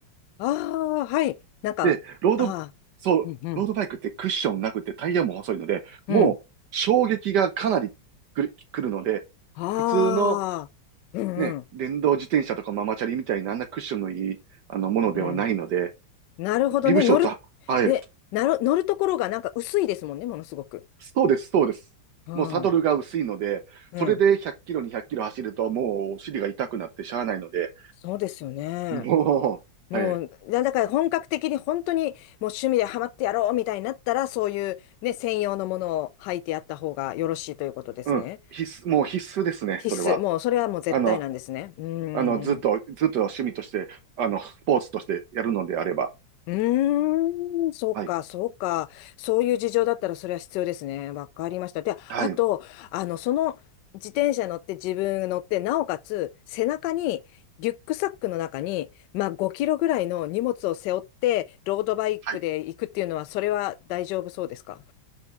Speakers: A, on the left; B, on the right.
A: ああ、はい。なんか、
B: で、ロード、
A: ああ、
B: そう、
A: うんうん、
B: ロードバイクってクッションなくてタイヤも細いので、
A: うん。
B: もう衝撃がかなりくる、くるので、
A: ああ、
B: 普通の
A: うんうん、
B: ね、電動自転車とかママチャリみたいなあんなクッションのいい、あの、ものではないので、
A: うん。なるほどね。
B: ビブショーツは、
A: 乗る、
B: はい、
A: ね、なる、乗るところがなんか薄いですもんね、ものすごく。
B: そうです、そうです。
A: うん、
B: もうサドルが薄いので、
A: うん。
B: それで100キロ、200キロ走るともうお尻が痛くなってしゃあないので、
A: そうですよね。
B: もう、
A: もう、
B: はい、
A: だだから本格的に本当にもう趣味でハマってやろうみたいになったら、そういうね、専用のものを履いてやった方がよろしいということですね。
B: うん。必須、もう必須ですね、
A: 必須。
B: それは。
A: もう、それはもう絶対なんですね。
B: あの、
A: うん、うんうん
B: あの、ずっと、ずっと趣味として、あの、スポーツとしてやるのであれば。
A: うーん、そうか、
B: はい。
A: そうか。そういう事情だったらそれは必要ですね。わかりました。で、
B: はい。
A: あと、あの、その自転車乗って自分乗って、なおかつ背中にリュックサックの中に、まあ、5キロぐらいの荷物を背負ってロードバイクで行くっていうのは、
B: はい。
A: それは大丈夫そうですか